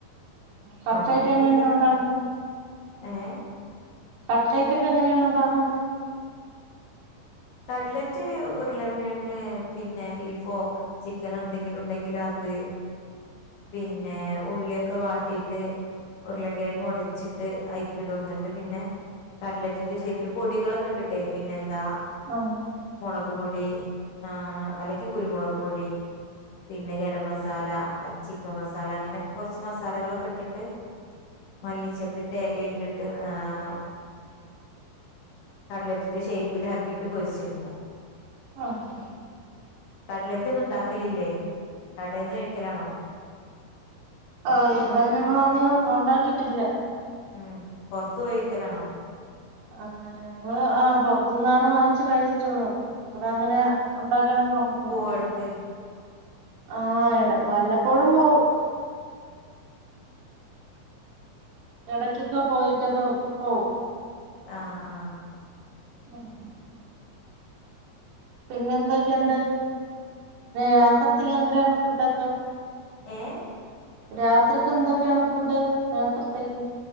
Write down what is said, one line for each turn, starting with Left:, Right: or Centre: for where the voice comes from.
Right: കട്ട്ലൈറ്റ്
Left: അങ്ങനെന്തെങ്കിലൊക്കെണ്ടാക്കും.
Right: എങ്ങനെയാണ് ഉണ്ടാക്കുന്നത്
Left: ഏഹ്?
Right: കട്ട്ലൈറ്റൊക്കെങ്ങനെണ് ണ്ടാക്ക്ണെ?
Left: കട്ട്ലറ്റ് ഉരുള കിഴങ്ങ് പിന്നെ ബീഫോ ചിക്കനൊ ന്തെങ്കിലുണ്ടെങ്കിലത് പിന്നെ ഉള്ള്യൊക്കെ വാട്ടിട്ട് ഉരുള കിഴങ്ങ് ഒട്ച്ചിട്ട് അയ്ക്ക്ടും ന്നട്ട് പിന്നെ കട്ലറ്റിന്റെ ഷേപ്പില് പൊടികളൊക്കെട്ട്ട്ടെ പിന്നെന്താ
Right: ആഹ്.
Left: മൊളക് പൊടി ആഹ് അല്ലെങ്കി കുരുമുളക് പൊടി. പിന്നെ ഗരം മസാല ചിക്കൻ മസാല അങ്ങനെക്കെ കോർച്ച് മസാലകളൊക്കെട്ട്ട്ട് മല്ലി ചെപ്പ് ന് എലേട്ടിട്ട് ആഹ് കട്ലറ്റ്ന്റെ ഷേപ്പിലാക്കി ട്ട് പൊര്ച്ച്ട്ക്കും.
Right: ആഹ്.
Left: കട്ലറ്റൊന്നുണ്ടാക്കലില്ലേ കടേന്ന് കഴിക്കലാണോ.
Right: ആഹ് ഇവടെ ഞങ്ങള് അതികം ഉണ്ടാക്കിട്ടില്ല.
Left: ഉം പൊർത്ത് പോയി കയിക്കലാണോ.
Right: ആഹ് ഞങ്ങള് ആഹ് പൊർത്ത്ന്നാണോ വാങ്ങിച്ച് കഴിച്ചിട്ടുള്ളത്. ഇവടങ്ങനാ ഉണ്ടാക്കാനൊന്നും അറിഞ്ഞൂടാ.
Left: പട്ക്ക്.
Right: ആഹ് ടാ വല്ലപ്പോഴും പോവും. എടയ്ക്കൊക്കെ പോയിട്ടൊക്കെ പോവും.
Left: ആഹ് ആഹ്.
Right: ആഹ് പിന്നെന്തെക്കെണ്ട് രാത്രി ത്ത്ക്ക് എന്ത്രേണ് ഫുഡൊക്കെ?
Left: ഏഹ്?
Right: രാത്രി ക്കെന്തെക്കെണ് ഫുഡ് രാത്രിത്തേക്ക്.